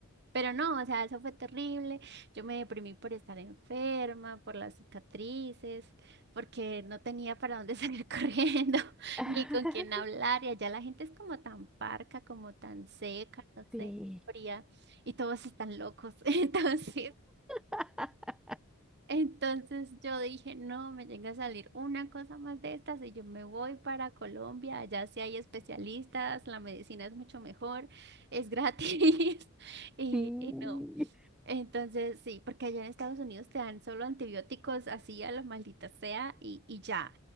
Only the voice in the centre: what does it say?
<laughs>
sí,
<laughs>
sí.